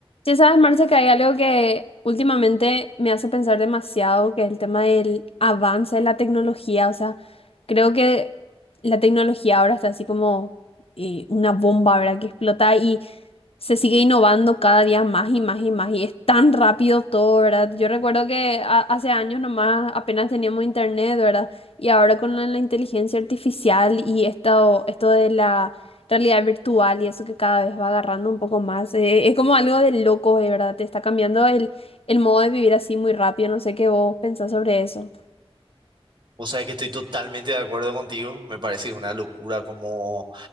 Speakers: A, on the left (about 70°); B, on the right (about 50°).
A: Ya sabes, Marce, que hay algo que últimamente me hace pensar demasiado, que es el tema del avance de la tecnología. O sea, creo que la tecnología ahora está así como eh, una bomba, ¿verdad? Que explota y se sigue innovando cada día más y más y más. Y es tan rápido todo, ¿verdad? Yo recuerdo que a- hace años nomás apenas teníamos internet, ¿verdad? Y ahora con la, la inteligencia artificial y esto, esto de la realidad virtual y eso que cada vez va agarrando un poco más. eh, es como algo de loco, de verdad. Te está cambiando el, el modo de vivir así muy rápido. No sé qué vos pensás sobre eso.
B: O sea, que estoy totalmente de acuerdo contigo. Me parece una locura como